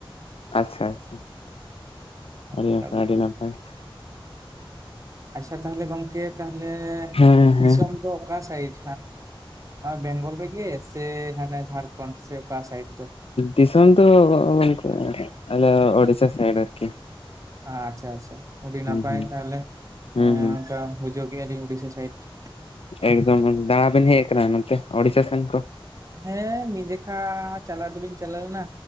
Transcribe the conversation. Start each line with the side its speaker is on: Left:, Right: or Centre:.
Left: ᱟᱪᱪᱷᱟ ᱟᱪᱪᱷᱟ ᱾ ᱟᱹᱰᱤ
Right: ᱚᱱᱠᱟ
Left: ᱱᱟᱯᱟᱭ
Right: ᱵᱮᱯᱟᱨ
Left: ᱟᱹᱰᱤ ᱱᱟᱯᱟᱭ ᱾
Right: ᱟᱪᱪᱷᱟ ᱛᱟᱦᱞᱮ ᱜᱚᱝᱠᱮ, ᱛᱟᱦᱞᱮ
Left: ᱦᱮᱸ
Right: ᱫᱤᱥᱚᱢ
Left: ᱦᱮᱸ
Right: ᱚᱠᱟ ᱥᱟᱭᱤᱰ ᱵᱮᱝ ᱜᱚᱞ ᱨᱮ ᱜᱮ? ᱥᱮ ᱦᱟᱱᱮ ᱡᱷᱟᱲᱠᱷᱚᱱᱰ ᱥᱮ ᱚᱠᱟ ᱥᱟᱭᱤᱰ ᱫᱚ᱾
Left: ᱫᱤᱥᱚᱢ ᱜᱚᱝᱠᱮ ᱟᱞᱮ ᱩᱰᱤᱥᱟ ᱥᱟᱭᱤᱰ ᱟᱨᱠᱤ ᱾
Right: ᱟᱪᱪᱷᱟ ᱟᱪᱪᱷᱟ ᱾ ᱟᱹᱰᱤ ᱱᱟᱯᱟᱭ
Left: ᱦᱩᱸ
Right: ᱛᱟᱦᱚᱞᱮ,
Left: ᱦᱩᱸ
Right: ᱮ
Left: ᱦᱩᱸ
Right: ᱚᱱᱠᱟ ᱵᱩᱡᱷᱟᱹᱣ ᱠᱮᱜᱼᱟ ᱞᱤᱧ ᱩᱲᱤᱥᱥᱟ ᱥᱟᱭᱤᱰ ᱾
Left: ᱮᱫᱚᱢ ᱫᱟᱲᱟ ᱵᱤᱱ ᱦᱮᱡ ᱠᱟᱱᱟ ᱱᱚᱛᱮ ᱩᱲᱤᱥᱥᱟᱹ ᱥᱮᱱ ᱠᱚ?
Right: ᱦᱮᱸ, ᱢᱤᱫ ᱡᱚᱠᱷᱟ ᱪᱟᱞᱟᱣ ᱫᱩᱞᱤᱧ ᱪᱟᱞᱟᱣ ᱞᱮᱱᱟ